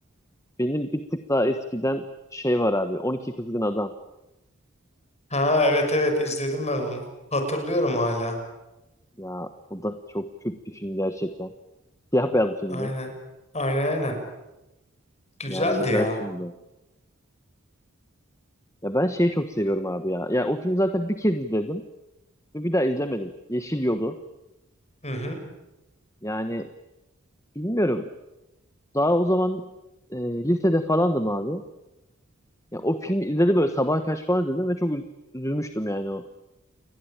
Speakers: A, on the left; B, on the left.
A: benim bir tık daha eskiden şey var abi. 12 Kızgın Adam.
B: Ha evet evet izledim ben onu. Hatırlıyorum hala.
A: Ya o da çok kült bir film gerçekten. Siyah beyaz bir filmdi.
B: Aynen. Aynen aynen. Güzeldi
A: Yani güzel
B: ya.
A: filmdi. Ya ben şeyi çok seviyorum abi ya. Ya o filmi zaten bir kez izledim ve bir daha izlemedim. Yeşil Yolu.
B: Hı hı.
A: Yani bilmiyorum. Daha o zaman e, lisede falandım abi. Ya o filmi izledim böyle sabaha kaç falan izledim ve çok üz- üzülmüştüm yani o.